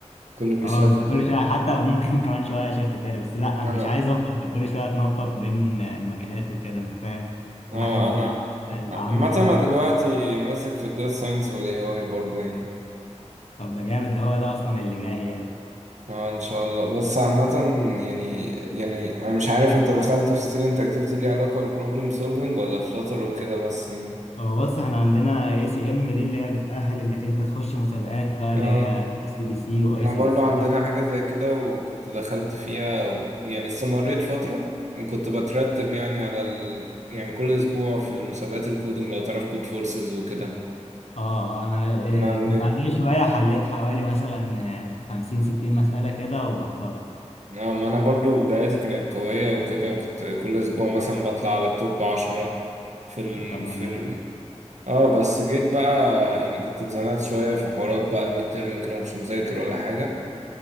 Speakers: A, on the right; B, on the left.
A: كله بيشاف
B: اه انت
A: كده
B: كل شوية حتى ممكن <laughs> كمان شوية شفت تاني بس لا انا
A: أنا
B: مش عايز افضل كل شوية اتنطط بين المجالات وكده انت فاهم
A: آه،
B: الواحد
A: أنا
B: يبقى
A: عامة
B: عنده خبرة
A: أنا دلوقتي
B: في حاجة
A: ماسك في الداتا ساينس وال AI برضه يعني
B: طب ده جامد ده هو ده اصلا اللي جاي يعني
A: اه ان شاء الله بس عامة يعني يعني انا مش عارف انت دخلت في student activity ليها علاقة بالبروبلم سولفينج ولا في شاطر وكده بس يعني
B: اه بص احنا عندنا اي سي ام دي اللي هي بتأهل انك انت تخش مسابقات بقى
A: اه
B: اللي هي اي سي بي سي واي
A: احنا
B: سي
A: برضو
B: بي سي
A: عندنا حاجة زي كده وكنت دخلت فيها و- ويعني استمريت فترة وكنت بترتب يعني على ال... يعني كل اسبوع في المسابقات الكودينج لو تعرف كود فورسز وكده
B: اه آه، انا آه،
A: كنا بن...
B: كنت عندي شوية حليت حوالي مثلا آه، خمسين ستين مسألة كده وبطلت
A: آه، ما أنا برضو بداياتي كانت قوية وكده وكنت كل أسبوع مثلا بطلع على التوب عشرة في ال...
B: طب ما
A: في
B: جامد
A: ال... اه بس جيت بقى يعني كنت اتزنقت شوية في حوارات بقى الميد ترم كده مش مذاكر ولا حاجة